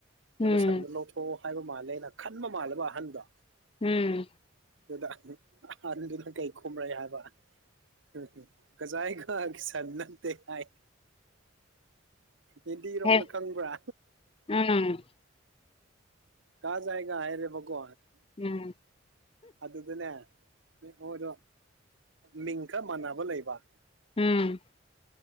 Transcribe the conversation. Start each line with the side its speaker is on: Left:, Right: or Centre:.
Left: ꯎꯝ
Right: ꯑꯗꯨ ꯁꯟꯗꯣ ꯂꯧꯊꯣꯛꯑꯣ ꯍꯥꯏꯕ ꯃꯥꯜꯂꯦꯅ ꯈꯟꯕ ꯃꯥꯜꯂꯕ ꯑꯍꯟꯗꯣ
Left: ꯎꯝ
Right: ꯑꯗꯨ ꯑꯍꯟꯗꯨꯅ ꯀꯩ ꯈꯨꯔꯛꯑꯦ ꯍꯥꯏꯕ <unintelligible> ꯁꯟ ꯅꯠꯇꯦ ꯍꯥꯏ ꯍꯤꯟꯗꯤꯔꯣꯝꯗ
Left: ꯍꯦ
Right: ꯈꯪꯕ꯭ꯔꯥ
Left: ꯎꯝ
Right: ꯀꯍꯥ ꯖꯥꯌꯦꯒ ꯍꯥꯏꯔꯦꯕ ꯀꯣ
Left: ꯎꯝ
Right: ꯑꯗꯨꯗꯅꯦ ꯃꯣꯏꯗꯣ ꯃꯤꯟ ꯈꯔ ꯃꯅꯥꯕ ꯂꯩꯕ
Left: ꯎꯝ